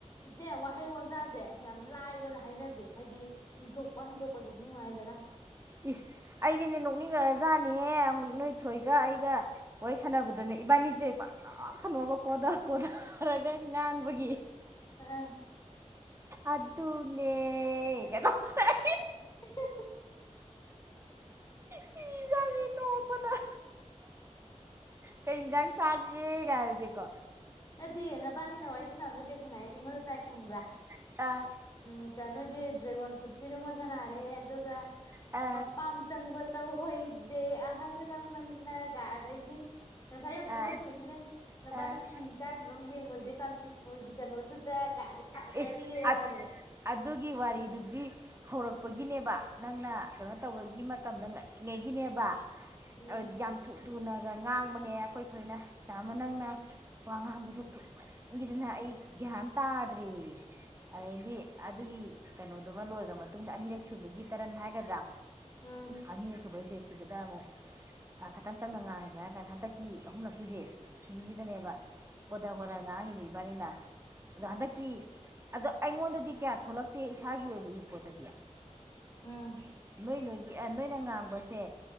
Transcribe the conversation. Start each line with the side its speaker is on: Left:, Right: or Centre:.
Left: ꯏꯆꯦ ꯋꯥꯍꯩ ꯋꯥꯟꯇꯥꯥꯖꯩ ꯌꯥꯝ ꯂꯥꯏꯕꯗ ꯍꯥꯏꯅꯖꯦ ꯍꯥꯏꯗꯤ ꯏꯊꯣꯛꯄ ꯍꯟꯗꯣꯛꯄꯗꯗꯤ ꯅꯨꯡꯉꯥꯏꯗꯅ
Right: ꯏꯁ ꯑꯩꯗꯤꯅꯦ ꯅꯣꯛꯅꯤꯡꯒꯔꯖꯥꯠꯅꯤꯍꯦꯛ ꯅꯣꯏ ꯊꯣꯏꯒ ꯑꯩꯒ ꯋꯥꯔꯤ ꯁꯥꯟꯅꯕꯗꯅꯦ ꯏꯕꯥꯅꯤꯖꯦ ꯄꯛꯅꯣꯛꯇ ꯅꯣꯛꯑꯕ ꯀꯣꯗ ꯀꯣꯗꯔꯒ ꯉꯥꯡꯕꯒꯤ
Left: ꯑꯥ
Right: ꯑꯗꯨꯅꯦ ꯀꯥꯏ ꯇꯧꯗꯅ
Left: <unintelligible>
Right: ꯁꯤꯖꯥꯅꯤ ꯅꯣꯛꯄꯗ ꯀꯩ ꯍꯤꯟꯖꯥꯡ ꯆꯥꯒꯦ ꯒꯥꯏꯁꯦꯀꯣ
Left: ꯅꯠꯇꯤꯌꯦ ꯅꯕꯥꯟꯅꯤꯅ ꯋꯥꯔꯤ ꯁꯥꯟꯅꯕꯗ ꯀꯩ ꯁꯥꯟꯅꯩꯌꯦ ꯑꯩꯉꯣꯟꯗ ꯇꯥꯏ ꯈꯪꯕ꯭ꯔꯥ
Right: <unintelligible>
Left: ꯎꯝ ꯀꯥ ꯅꯣꯏꯒꯤ ꯗ꯭ꯔꯦꯒꯣꯟ ꯐ꯭ꯔꯨꯠꯀꯤꯗꯨꯃ ꯁꯥꯟꯅꯔꯦ ꯑꯗꯨꯒ
Right: ꯑ
Left: ꯃꯄꯥꯝ ꯆꯪꯕ ꯇꯧꯍꯣꯏꯗꯦ ꯑꯍꯟ ꯂꯥꯃꯟꯅ ꯒꯥꯏ ꯑꯗꯩꯗꯤ ꯉꯁꯥꯏ ꯌꯥꯝ
Right: ꯑ
Left: ꯊꯣꯛꯂꯛꯈꯤꯕꯅꯤꯅꯦ ꯅꯕꯥꯟꯅꯤ
Right: ꯑ
Left: ꯏꯀꯥꯏꯗꯅꯣꯝ ꯌꯦꯡꯉꯨꯖꯦ ꯀꯥꯟꯆꯤꯄꯨꯔꯒꯤ ꯀꯩꯅꯣꯗꯨꯗ ꯀꯥꯏ ꯁꯥꯟꯅꯔꯤꯌꯦꯅ
Right: ꯑꯦ
Left: ꯅꯕꯥꯟꯅꯤ
Right: ꯑꯠ ꯑꯗꯨꯒꯤ ꯋꯥꯔꯤꯗꯨꯗꯤ ꯍꯧꯔꯛꯄꯒꯤꯅꯦꯕ ꯅꯪꯅ ꯀꯩꯅꯣ ꯇꯧꯕꯒꯤ ꯃꯇꯝꯗ ꯉꯜꯂꯤꯉꯩꯒꯤꯅꯦꯕ
Left: ꯎꯝ
Right: ꯑꯠ ꯌꯥꯝ ꯊꯨ ꯊꯨꯅꯒ ꯉꯥꯡꯕꯅꯦ ꯑꯈꯣꯏ ꯊꯣꯏꯅ ꯏꯆꯥꯝꯃ ꯅꯪꯅ
Left: ꯑꯩꯁꯨ
Right: ꯋꯥ ꯉꯥꯡꯕꯖꯦ ꯊꯨꯃꯟꯒꯤꯗꯅ ꯑꯩ ꯒ꯭ꯌꯥꯟ ꯑꯝ ꯇꯥꯗ꯭ꯔꯦꯌꯦ ꯑꯗꯩꯗꯤ ꯑꯗꯨꯒꯤ ꯀꯩꯅꯣꯗꯨꯃ ꯂꯣꯏꯒ꯭ꯔ ꯃꯇꯨꯡꯗ ꯑꯅꯤꯔꯛ ꯁꯨꯕꯒꯤ ꯇꯔꯟ ꯍꯥꯏꯒꯗ꯭ꯔꯥ
Left: ꯎꯝ
Right: ꯑꯅꯤꯔꯛ ꯁꯨꯕꯩ ꯕꯦꯁꯀꯤꯗꯨꯗ ꯑꯃꯨꯛ ꯑ ꯈꯥꯇꯪ ꯇꯞꯅ ꯉꯥꯡꯉꯖꯦ ꯍꯥꯏꯔ ꯀꯥꯟꯗ ꯍꯟꯗꯛꯀꯤ ꯑꯍꯨꯝꯂꯛꯀꯤꯖꯦ ꯁꯤꯒꯤꯖꯤꯅꯦꯕ ꯀꯣꯗ ꯀꯣꯗ ꯉꯥꯡꯉꯖꯦ ꯏꯕꯥꯅꯤꯅ ꯑꯗꯣ ꯍꯟꯗꯛ ꯀꯤ ꯑꯗꯣ ꯑꯩꯉꯣꯟꯗꯗꯤ ꯀꯌꯥ ꯊꯣꯛꯂꯛꯇꯦ ꯏꯁꯥꯒꯤ ꯑꯣꯏꯕ ꯔꯤꯄꯣꯔꯠꯇꯗꯤ
Left: ꯎꯝ
Right: ꯅꯣꯏ ꯅꯣꯏꯒꯤ ꯑ ꯅꯣꯏꯅ ꯉꯥꯡꯕꯁꯦ